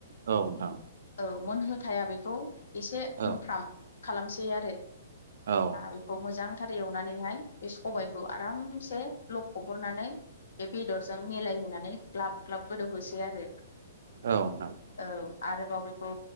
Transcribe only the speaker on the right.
नोंथां
औ
औ।
औ नोंथां।